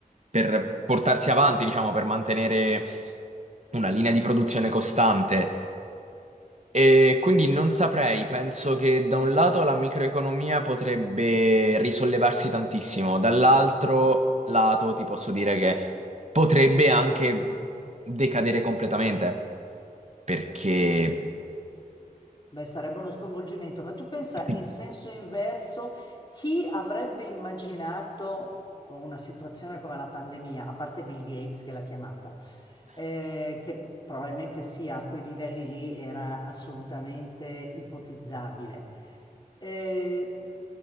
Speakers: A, on the right; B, on the left.
A: per portarsi avanti, diciamo, per mantenere una linea di produzione costante. E quindi non saprei, penso che da un lato la microeconomia potrebbe risollevarsi tantissimo, dall'altro lato ti posso dire che potrebbe anche decadere completamente, perché
B: Beh, sarebbe uno sconvolgimento, ma tu pensa
A: <laughs>
B: in senso inverso, chi avrebbe immaginato una situazione come la pandemia, a parte Bill Gates che l'ha chiamata, eh, che probabilmente sia a quei livelli lì era assolutamente ipotizzabile. Eh,